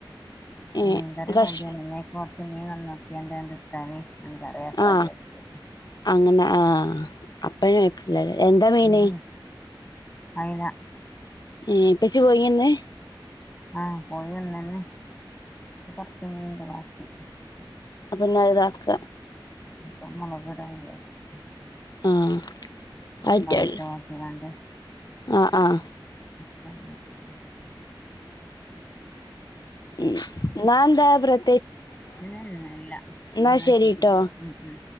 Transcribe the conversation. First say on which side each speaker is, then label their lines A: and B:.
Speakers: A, on the left (about 50°); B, on the left (about 15°).
A: ഏ
B: മീങ്കറി
A: കഷ്
B: വേണ്ടിവന്നു ഇന്നേക്കു മീ നന്നാക്കിയാണ്ടണ്ട് ട്ടാല് ഇന്ന് കറിവെക്കാ
A: ആ
B: വിചാരിച്ചു
A: അങ്ങനെ ആ അപ്പഴും എപ്പഴ എന്താ മീന്
B: ഉം അയില
A: ഏ ഏപ്പച്ചി പോയിന്ന്
B: ആഹ് പോയി വന്നെന്ന് <unintelligible> <unintelligible>
A: അ പിന്നെ ഇതാക്ക
B: അപ്പൊ നമ്മളവിടെ വിചാരിച്ചു
A: ആഹ് ആയിറ്റല്ല
B: ഇട്ട് വാട്ടിങ്ങാണ്ട്
A: ആഹ് ആഹ്
B: <unintelligible>
A: ഉം എന്താ പ്രത്യേക
B: ഉം എല്ല
A: എന്നാ
B: ന്ന
A: ശരിട്ടോ
B: ശരി ഉം ഉം